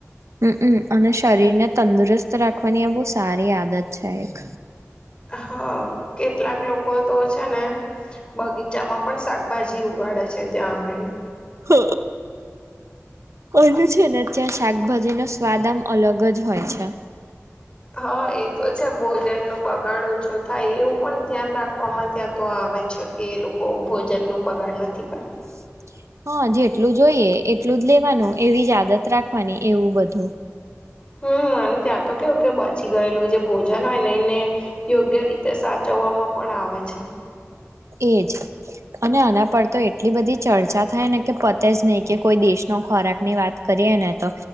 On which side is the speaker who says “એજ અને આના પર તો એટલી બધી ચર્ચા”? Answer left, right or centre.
Right